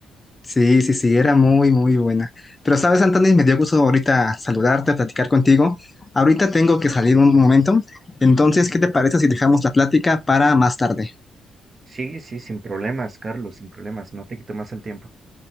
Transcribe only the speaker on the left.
Sí, sí, sí,
era muy, muy buena. Pero sabes, Anthony, me dio gusto ahorita saludarte, platicar contigo. Ahorita tengo que salir un momento. Entonces, ¿qué te parece si dejamos la plática para más tarde?